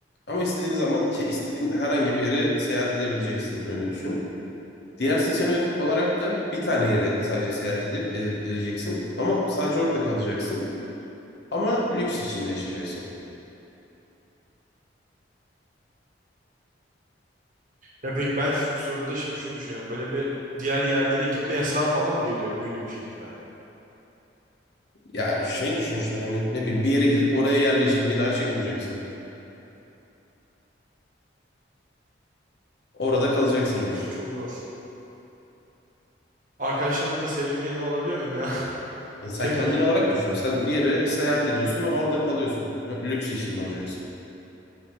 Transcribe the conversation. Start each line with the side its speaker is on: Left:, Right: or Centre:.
Left: ama istediğin zaman şey, istediğin herhangi bir yere seyahat edebileceksin. Yani öyle düşün. Diğer seçenek olarak da bir tane yere sadece seyahat edip edileceksin. Ama sadece orada kalacaksın. Ama lüks içinde yaşayacaksın.
Right: Ya peki ben şu soruda şimdi şunu düşünüyorum. Böyle bir diğer yerlere gitme yasağı falan mı geliyor büyülü bir şekilde?
Left: Ya şey düşün işte hani ne bileyim bir yere gidip oraya yerleştin bir daha çıkmayacaksın. Orada kalacaksın yani.
Right: Of, çok zor. Arkadaşlarımı da sevgilimi yanıma alabiliyor muyum ya? <laughs>
Left: E, sen
Right: Tek
Left: kendin
Right: başıma
Left: olarak
Right: ya.
Left: düşün. Sen bir yere seyahat ediyorsun ve orada kalıyorsun. Lüks içinde olacaksın.